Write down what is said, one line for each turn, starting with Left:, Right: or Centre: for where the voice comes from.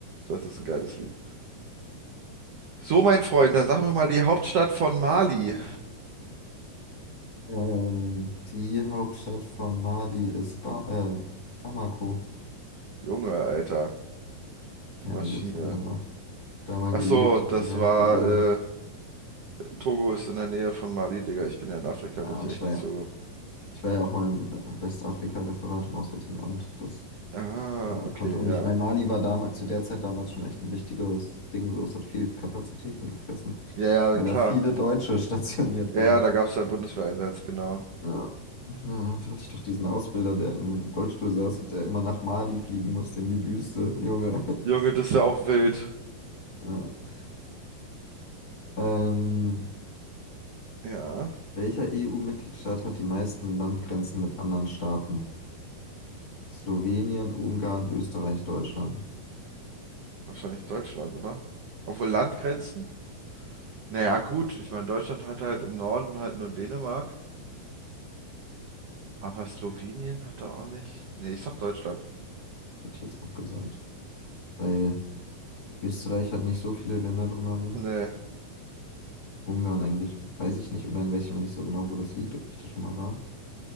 Right: das ist ein geiles Lied. So, mein Freund, dann sag mir mal die Hauptstadt von Mali.
Left: Ähm, die Hauptstadt von Mali ist ba äh, Bamako.
Right: Junge, Alter, du
Left: Ja,
Right: Maschine.
Left: gut, ich habe ja da mal, da mal
Right: Ach
Left: gelebt
Right: so, das
Left: in der
Right: war,
Left: Region.
Right: äh, Togo ist in der Nähe von Mali, Digga. Ich bin ja in Afrika,
Left: Ja,
Right: bin ich
Left: und
Right: echt
Left: ich war
Right: nicht
Left: ja,
Right: so.
Left: ich war ja auch mal im Westafrika-Referat im Auswärtigen Amt. Das
Right: Ah,
Left: da
Right: okay,
Left: konnte. Und
Right: ja.
Left: ich meine, Mali war damals, zu der Zeit damals schon echt ein wichtiges Ding. So, es hat viel Kapazitäten gefressen,
Right: Ja, ja,
Left: weil
Right: klar.
Left: da viele Deutsche <laughs> stationiert
Right: Ja,
Left: waren.
Right: ja, da gab's ja einen Bundeswehreinsatz, genau.
Left: Ja. Ja, da hatte ich doch diesen Ausbilder, der im Rollstuhl saß und der immer nach Mali fliegen musste in die Wüste, <laughs> Junge.
Right: Junge, das ist ja auch wild.
Left: Ja. Ähm,
Right: Ja,
Left: welcher EU-Mitgliedstaat hat die meisten Landgrenzen mit anderen Staaten? Slowenien, Ungarn, Österreich, Deutschland.
Right: wahrscheinlich Deutschland, oder? Obwohl Landgrenzen? Naja, gut, ich meine, Deutschland hatte halt im Norden halt nur Dänemark, aber Slowenien hat da auch nicht. Nee, ich sag Deutschland.
Left: Hätte ich jetzt auch gesagt. Weil Österreich hat nicht so viele Länder drumherum.
Right: Nee,
Left: Ungarn eigentlich, weiß ich nicht. Ungarn weiß ich immer nicht so genau, wo das liegt, ob ich da schon mal war.